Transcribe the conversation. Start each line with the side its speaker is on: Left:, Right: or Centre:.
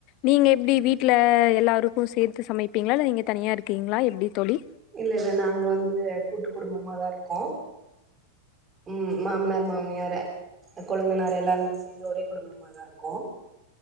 Left: நீங்க எப்டி வீட்ல எல்லாருக்கு சேத்து சமைப்பீங்களா இல்ல நீங்க தனியா இருக்கீங்களா எப்டி தோழி?
Right: இல்ல இல்ல நாங்க வந்து கூட்டு குடும்பமாதா இருக்கோ ம் மாமனார் மாமியாரு கொழுந்தனாரு எல்லாருமே சேர்ந்து ஒரே குடும்பமாதா இருக்கோ